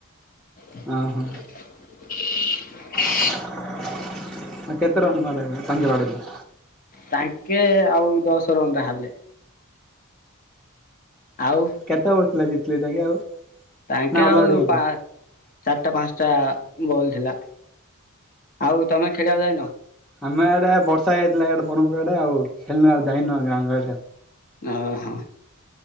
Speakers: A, on the left; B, in the centre.
A: <inaudible>
B: ଓହୋ <inaudible> କେତେ ରନ୍ ବା ତାଙ୍କେ ବାଡ଼େଇଲେ।
A: ତାଙ୍କେ ଆଉ ଦଶ ରନ୍ ଟା ହେଲେ। ଆଉ
B: କେତେ ଓଭର ଥିଲା ଜିତିଲେ ତାଙ୍କେ ଆଉ
A: ତାଙ୍କେ
B: ନା ଅଲ
A: ଆଉ
B: ଆଉଟ୍ ହେଇଗଲେ?
A: ପା ଚାରିଟା ପାଞ୍ଚଟା ବଲ ଥିଲା ଆଉ ତମେ ଖେଳିବାକୁ ଯାଇନ।
B: ଆମେ ଆଡେ ବର୍ଷା ହେଇଥିଲା ଏଆଡେ ବ୍ରହପୁର ଆଡେ ଆଉ ଖେଳୁ ଆଉ ଯାଇନୁ ଆ ଗାଁ ଗରେ ଆଡେ।
A: ଓହୋ।